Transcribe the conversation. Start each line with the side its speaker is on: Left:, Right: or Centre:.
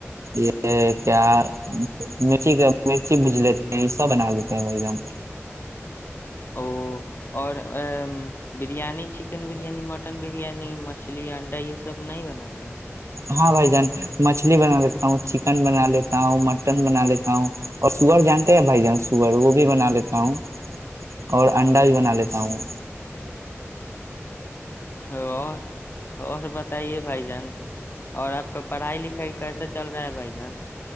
Right: یہ کیا مرچی کا مرچی بج لیتے ہیں یہ سب بنا لیتے ہیں بائی جان
Left: او اور ا بریانی چکن بریانی متن بریانی بریانی م مچھلی انڈا یہ سب نہیں بناتے ہیں
Right: ہاں بھائی جان مچھلی بنا لیتا ہوں چکن بنا لیتا ہوں مٹن بنا لیتا ہوں اور سو ور جانتے ہیں بھائی جان سور وہ بھی بنا لیتا ہوں اور انڈاج
Left: او
Right: بنا لیتا ہوں
Left: ا و <unintelligible> اور بتائیے بھائی جان اور آپ کا پڑھائی لکھائی کیسا چل رہا ہے بھائی جان